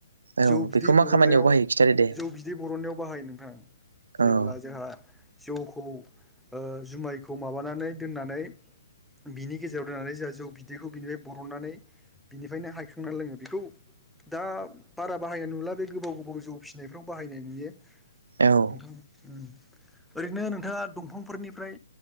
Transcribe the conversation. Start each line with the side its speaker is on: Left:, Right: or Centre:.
Right: औ
Centre: जौ बिदै
Right: बेखौ मा
Centre: बरननायाव
Right: खामानियाव बाहायो खिथादो दे
Centre: जौ बिदै बरननायाव बाहायो नोंथां जेब्ला
Right: औ
Centre: जोहा जौखौ ओ जुमायखौ माबानानै दोननानै बिनि गेजेराव दोननानै जोहा जौ बिदैखौ बिनिफाय बरननानै बिनिफायनो हायखांनानै लोङो बेखौ दा बारा बाहायनाय नुला बे गोबाव गोबाव जौ फिसिनायफ्राव बाहायनाय नुयो
Right: औ
Centre: ओंखाम ओ ओरैनो नोंथाङा दंफांफोरनिफ्राय